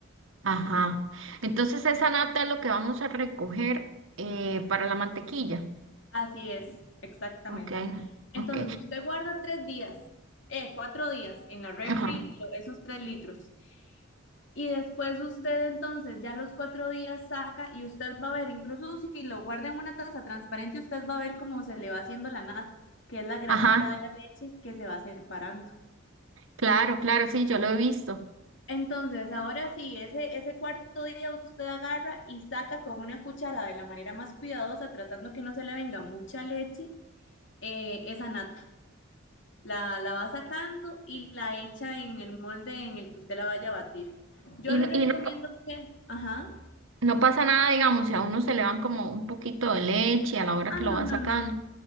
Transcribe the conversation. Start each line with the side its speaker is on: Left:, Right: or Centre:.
Right: Ajá. Entonces esa nata es lo que vamos a recoger eh, para la mantequilla.
Left: Así es, exactamente.
Right: Ok, ok.
Left: Entonces usted guarda tres días, eh, cuatro días en la refri
Right: Ajá,
Left: lo- esos tres litros. Y después usted entonces ya los cuatro días saca y usted va a ver, incluso si lo guarda en una taza transparente, usted va a ver cómo se le va haciendo la nata, que es la grasita
Right: ajá,
Left: de la leche que se va separando.
Right: claro, claro, sí, yo lo he visto.
Left: Entonces, ahora sí, ese, ese cuarto día usted agarra y saca con una cuchara de la manera más cuidadosa, tratando que no se le venga mucha leche, eh, esa nata. La, la va sacando y la echa en el molde en el que usted la vaya a batir. Yo
Right: Y,
Left: le
Right: no-
Left: recomiendo
Right: y no, pa-
Left: que, ajá,
Right: no pasa nada, digamos, si a uno se le van como un poquito de leche a la hora
Left: ah,
Right: que
Left: no,
Right: lo va
Left: no,
Right: sacando.
Left: no.